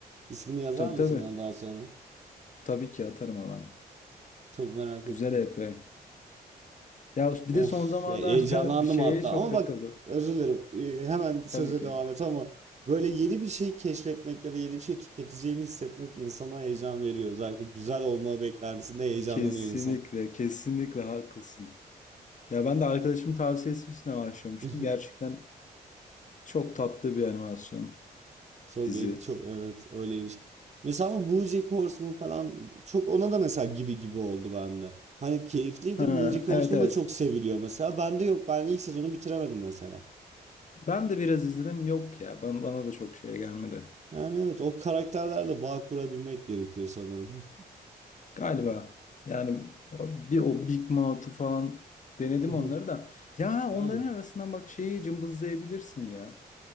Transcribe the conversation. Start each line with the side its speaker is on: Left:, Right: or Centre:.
Right: İsmini yazar
Left: Tabii
Right: mısın
Left: tabii.
Right: bana daha sonra?
Left: Tabii ki atarım hemen.
Right: Çok merak
Left: Güzel
Right: ettim.
Left: EP. Ya bir
Right: Of,
Left: de son zamanlarda
Right: heyecanlandım
Left: <laughs> bir şeye
Right: hatta.
Left: çok
Right: Ama
Left: takıldım.
Right: bak özür dilerim. Ee, Hemen söze
Left: Tabii ki.
Right: devam et ama böyle yeni bir şey keşfetmek ya da yeni bir şey tüketeceğini hissetmek insana heyecan veriyor. Özellikle güzel olma beklentisinde heyecanlanıyor
Left: Kesinlikle,
Right: insan.
Left: kesinlikle haklısın. Ya ben de arkadaşımın tavsiyesi üstüne başlamıştım.
Right: <laughs>
Left: Gerçekten çok tatlı bir animasyon
Right: Çok
Left: dizi.
Right: e, çok evet öyleymiş. Mesela ama BoJack Horseman falan çok ona da mesela gibi gibi oldu bende. Hani keyifliydi.
Left: Ha,
Right: BoJack Horseman
Left: evet evet.
Right: da çok seviliyor mesela. Bende yok. Ben ilk sezonu bitiremedim mesela.
Left: Ben de biraz izledim. Yok ya. Bana, bana da çok şey gelmedi.
Right: Yani evet o karakterlerle bağ kurabilmek gerekiyor sanırım.
Left: Galiba. Yani o- bir o Big Mouth'u falan denedim
Right: <laughs>
Left: onları da. Ya
Right: Evet.
Left: onların arasından bak şeyi cımbızlayabilirsin ya.